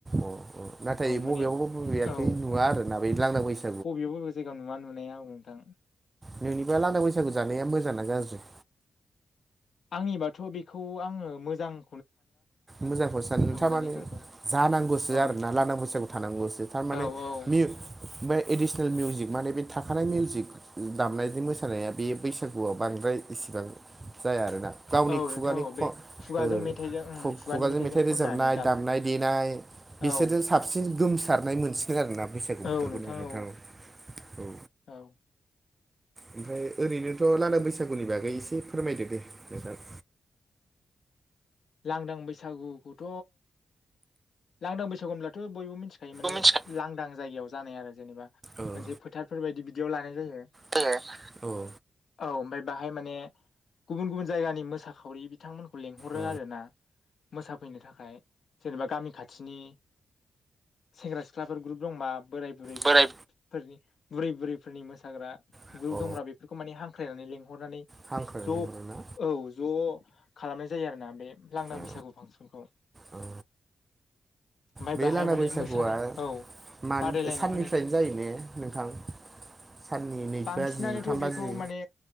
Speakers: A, on the right; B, on the left.
A: औ औ नाथाय
B: माने
A: बबेयावबा बबेयाखै
B: औ
A: नुवा आरोना बै लांदां बैसा
B: बबे बबे जायगायाव नुवा नुनाया औ नोंथां
A: नोंनिबा लांदां बैसागु जानाया मोजां ना गाज्रि
B: आंनिबाथ' बेखौ आङो मोजां
A: मोजांखौसो सानो थारमाने
B: जानायफोरखौ
A: जानांगौसो
B: औ
A: आरोना
B: नोंथां
A: लांदां बैसागु थानांगौसो थारमाने
B: औ औ
A: मिउ बे एडिसनेल मिउजिक माने बे थाखानाय मिउजिक दामनायजों मोसानाया बे बैसागुआव बांद्राय इसिबां जाया आरोना गावनि
B: औ
A: खुगानि
B: नोंथां औ बे
A: ख
B: खुगाजों
A: ओ
B: मेथाइजों ओं
A: खु
B: खुगानि
A: खुगाजों
B: मेथाइजों
A: मेथाइ
B: खननानै
A: रोजाबनाय दामनाय देनाय बिसोरजों
B: औ
A: साबसिन गोमसारनाय मोनसिनो आरोना बैसागु
B: औ
A: बोथोरखौनो
B: नोंथां
A: नोंथा
B: औ
A: औ औ
B: औ
A: ओमफ्राय ओरैनोथ' लांदां बैसागुनि बागै एसे फोरमायदो दे नोंथां
B: लांदां बैसागुखौथ' लांदां बैसागु होनब्लाथ' बयबो मिथिखायो माने
A: मिथिखा
B: लांदां जायगायाव जानाय आरो जेनेबा
A: औ
B: मोनसे फोथारफोर बायदि बिदियाव लानाय जायो
A: जायो औ
B: औ ओमफाय बाहाय माने गुबुन गुबुन जायगानि मोसाखावरि बिथांमोनखौ लिंहरो
A: औ
B: आरो <inaudible> मोसाफैनो थाखाय जेनेबा गामि खाथिनि सेंग्रा सिख्लाफोर ग्रुप दंबा बोराय बुरैफोरनि
A: बोराय
B: बुरै बुरैफोरनि मोसाग्रा
A: अ
B: ग्रुप दंब्रा बेफोरखौ माने हां ख्रायनानै लेंंहरनानै
A: हांख्रायना
B: ज'
A: लिंहरोना
B: औ ज' खालामनाय जायो आरोना बे लांदां
A: औ
B: बैसागु फांसनखौ
A: औ
B: ओमफाय
A: बे
B: बाहाय
A: लाना
B: माने
A: बैसागुआ
B: मोसानाय औ
A: मान
B: बादायलायनाय
A: साननिफ्रायनो
B: होनाय जायो
A: ने नोंथां साननि नै
B: बांसिनानोथ'
A: बाजि थाम बाजि
B: बेखौ माने